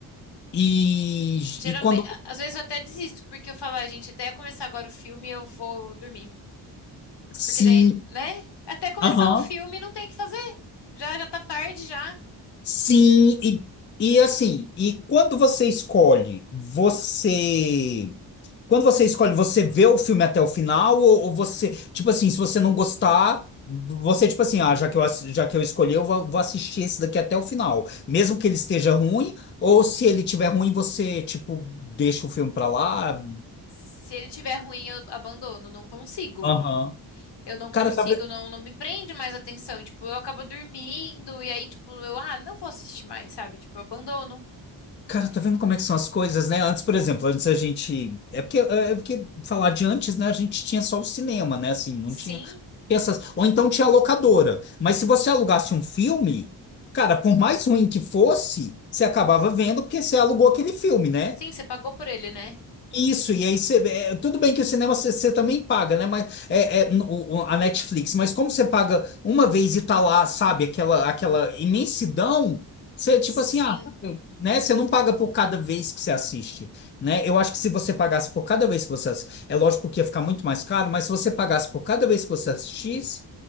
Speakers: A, on the left; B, on the left.
A: E,
B: Geralmente,
A: e quando.
B: às vezes eu até desisto, porque eu falo, "Ah, gente, até começar agora o filme eu vou dormir.
A: Sim.
B: Porque daí, né? Até começar
A: Aham.
B: o filme não tem o que fazer. Já já tá tarde já.
A: Sim, e, e assim, e quando você escolhe, você. Quando você escolhe, você vê o filme até o final, ou, ou você, tipo assim, se você não gostar, você, tipo assim, ah, já que eu, ass- já que eu escolhi, eu vou, vou assistir esse daqui até o final. Mesmo que ele esteja ruim, ou se ele tiver ruim, você, tipo, deixa o filme pra lá.
B: Se ele tiver ruim, eu abandono, não consigo.
A: Aham.
B: Eu não consigo,
A: Cara, tá vendo?
B: não, não me prende mais atenção. Tipo, eu acabo dormindo e aí, tipo, eu, ah, não vou assistir mais, sabe? Tipo, eu abandono.
A: Cara, tá vendo como é que são as coisas, né? Antes, por exemplo, antes a gente. É porque, é é porque falar de antes, né? A gente tinha só o cinema, né? Assim, não
B: Sim,
A: tinha essas. Ou então tinha a locadora. Mas se você alugasse um filme, cara, por mais ruim que fosse, você acabava vendo porque você alugou aquele filme, né?
B: sim, você pagou por ele, né?
A: Isso, e aí você. é, tudo bem que o cinema você você também paga, né? Mas é, é, n- o- o- a Netflix, mas como você paga uma vez e tá lá, sabe, aquela, aquela imensidão, você tipo
B: Sim,
A: assim, ah, né? Você não paga por cada vez que você assiste, né? Eu acho que se você pagasse por cada vez que você assiste, é lógico que ia ficar muito mais caro, mas se você pagasse por cada vez que você assistisse,